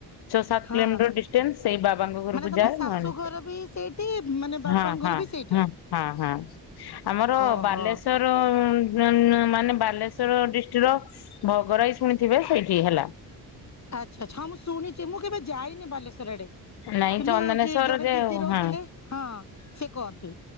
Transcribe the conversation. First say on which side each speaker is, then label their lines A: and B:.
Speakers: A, on the left; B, on the left.
A: ଛଅ ସାତ
B: ହୁଁ। ହଁ
A: କିଲୋମିଟର ଡିଷ୍ଟାନ୍ସ ସେଇ ବାବାଙ୍କ ଘରକୁ
B: ମାନେ ତମ
A: ଯାଏ
B: ଶାଶୁ
A: ନହେଲେ
B: ଘର ବି ସେଇଠି ମାନେ ବାପାଙ୍କ
A: ହଁ ହଁ
B: ଘର ବି ସେଇଠି?
A: ହଁ ହଁ ହଁ ଆମର
B: ଓହୋ
A: ବାଲେଶ୍ଵର ର ମ୍ ମାନେ ବାଲେଶ୍ଵର ଡିଷ୍ଟ୍ରିକ୍ଟର ଭଗରାଇ ଶୁଣିଥିବେ ସେଇଠି ହେଲା।
B: ଆଚ୍ଛା ଆଚ୍ଛା ହଁ ମୁଁ ଶୁଣିଛି ମୁଁ କେବେ ଯାଇନି ବାଲେଶ୍ୱର ଆଡେ।
A: ନାଇଁ
B: କିନ୍ତୁ
A: ଚନ୍ଦନେଶ୍ଵର
B: ଯ ଜଣେ
A: ଯେ
B: ଦିଦି
A: ହଁ
B: ରହୁଥିଲେ
A: ହଁ
B: ହଁ ସେ କୁହନ୍ତି।